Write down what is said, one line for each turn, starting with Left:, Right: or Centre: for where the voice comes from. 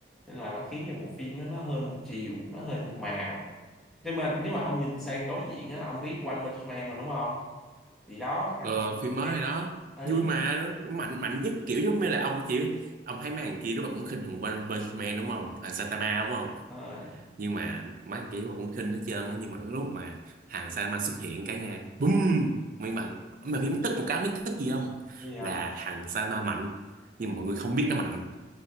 Centre: nên là nó khiến cho bộ phim đó nó hơi một chiều nó hơi một màu nhưng mà nếu mà ông nhìn sang đối diện á ông biết One Punch Man mà đúng không thì đó cái thằng
Right: ờ
Centre: One Punch
Right: phim mới
Centre: Man
Right: rồi đó
Centre: ừ
Right: vui mà nó mạnh mạnh nhất kiểu giống như là ông chỉ ông thấy mấy thằng kia lúc nào cũng khinh thằng One Punch Man đúng không thằng Saitama đúng không
Centre: rồi
Right: nhưng mà mấy thằng kia lúc nào cũng khinh hết trơn á nhưng mà cái lúc mà thằng Saitama xuất hiện cả nhà, bùm mình mà mà phim tức một cái biết tức gì không
Centre: gì
Right: là thằng Saitama mạnh nhưng mà mọi người không biết nó mạnh